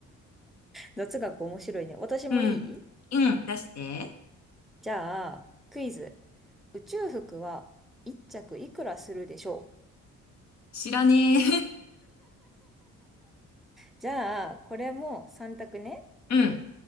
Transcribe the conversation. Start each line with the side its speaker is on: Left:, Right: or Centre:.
Centre: 雑学面白いね。私もいい
Left: うん。うん、出して。
Centre: じゃあ、クイズ。宇宙服は1着いくらするでしょう
Left: 知らねえ。
Centre: じゃあ、これも3択ね。
Left: <laughs> うん、